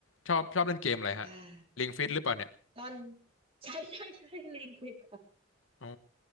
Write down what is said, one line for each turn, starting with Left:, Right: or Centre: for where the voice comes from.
Left: ชอบชอบเล่นเกมอะไรฮะ
Right: อ่า
Left: Ring Fit หรือเปล่าเนี่ย
Right: ตอน <laughs> ใช่ใช่ใช่ลิงผิดค่ะ
Left: อ๋อ